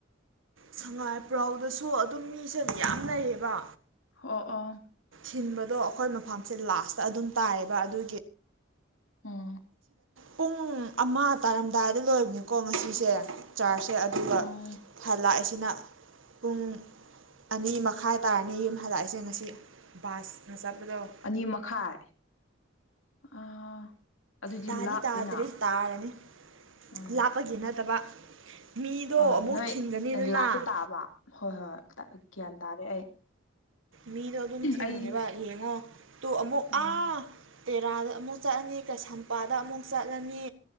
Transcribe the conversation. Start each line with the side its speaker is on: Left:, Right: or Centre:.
Right: ꯁꯉꯥꯏꯄ꯭ꯔꯧꯗꯁꯨ ꯑꯗꯨꯝ ꯃꯤꯁꯦ ꯑꯗꯨꯝ ꯌꯥꯝ ꯂꯩꯩꯌꯦꯕ
Left: ꯑꯣ ꯑꯣ
Right: ꯊꯤꯟꯕꯗꯣ ꯑꯩꯈꯣꯏ ꯃꯐꯝꯁꯦ ꯂꯥꯁꯇ ꯑꯗꯨꯝ ꯇꯥꯏꯌꯦꯕ ꯑꯗꯨꯒꯤ
Left: ꯑꯣ
Right: ꯄꯨꯡ ꯑꯃ ꯇꯥꯔꯝꯗꯥꯏꯗ ꯂꯣꯏꯕꯅꯤꯀꯣ ꯉꯁꯤꯁꯦ ꯆꯥꯔꯖꯁꯦ ꯑꯗꯨꯒ
Left: ꯑꯣ
Right: ꯊꯜ ꯂꯥꯛꯏꯁꯤꯅ ꯄꯨꯡ ꯑꯅꯤ ꯃꯈꯥ ꯇꯥꯏ ꯇꯥꯔꯅꯦ ꯌꯨꯝ ꯍꯗꯛꯏꯁꯦ ꯉꯁꯤ ꯕꯥꯁꯅ ꯆꯠꯄꯗꯣ
Left: ꯑꯅꯤ ꯃꯈꯥꯏ ꯑ ꯑꯗꯨꯗꯤ
Right: ꯇꯥꯗꯤ
Left: ꯂꯥꯞꯄꯦꯅ
Right: ꯇꯥꯗ꯭ꯔꯤ ꯇꯥꯔꯅꯤ
Left: ꯎꯝ
Right: ꯂꯥꯞꯄꯒꯤ ꯅꯠꯇꯕ ꯃꯤꯗꯣ
Left: ꯑ
Right: ꯑꯃꯨꯛ
Left: ꯅꯣꯏ
Right: ꯊꯤꯟꯒꯅꯤꯗꯅ
Left: ꯂꯥꯁꯇ ꯇꯥꯕ ꯍꯣꯏ ꯍꯣꯏ ꯒ꯭ꯌꯥꯟ ꯇꯥꯔꯦ ꯑꯩ
Right: ꯃꯤꯗꯣ ꯑꯗꯨꯝ ꯊꯤꯟꯕꯅꯦꯕ
Left: ꯑꯩ
Right: ꯌꯦꯡꯉꯣ ꯇꯨ ꯑꯃꯨꯛ
Left: ꯎꯝ
Right: ꯑꯥ ꯇꯦꯔꯥꯗ ꯑꯃꯨꯛ ꯑꯃꯨꯛ ꯆꯠꯂꯅꯤ ꯀꯩꯁꯥꯝꯄꯥꯗ ꯑꯃꯨꯛ ꯆꯠꯂꯅꯤ